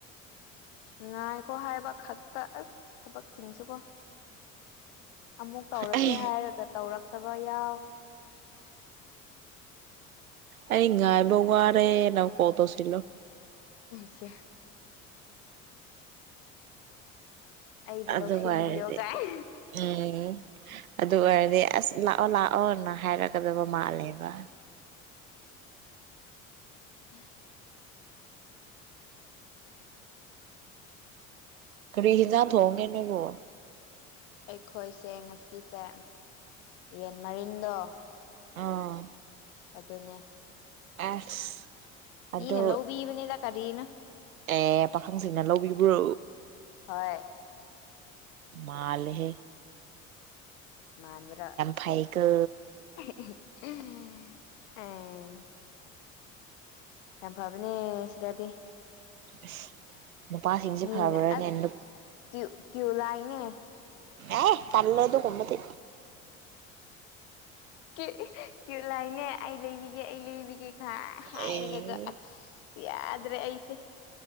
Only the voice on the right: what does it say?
ꯑꯩ
ꯑꯩ ꯉꯨꯡꯔꯦꯅ ꯀꯠꯇ ꯁꯤ
ꯑꯗꯨ
ꯑꯣꯏꯔꯗꯤ
ꯎꯝ ꯑꯗꯨ ꯑꯣꯏꯔꯗꯤ ꯑꯁ ꯑꯣ ꯂꯥꯛꯑꯣꯅ ꯍꯥꯏꯔꯛꯀꯗꯕ ꯃꯥꯜꯂꯦꯕ
ꯀꯔꯤ ꯍꯦꯟꯖꯥꯡ ꯊꯣꯡꯒꯦ ꯅꯣꯏꯕꯨ
ꯑꯥ
ꯑꯦꯁ ꯑꯗꯣ
ꯑꯦ ꯄꯥꯈꯪꯁꯤꯡꯅ ꯂꯧꯕꯤꯕ꯭ꯔꯣ
ꯃꯥꯂꯦꯍꯦ
ꯐꯩꯀꯣ
ꯑꯁ ꯅꯨꯄꯥꯁꯤꯡꯁꯦ
ꯐꯕ꯭ꯔꯅꯦ
ꯅꯨꯞ
ꯑꯦ ꯇꯜꯂꯦ ꯑꯗꯨꯒꯨꯝꯕꯗꯤ
ꯑꯦ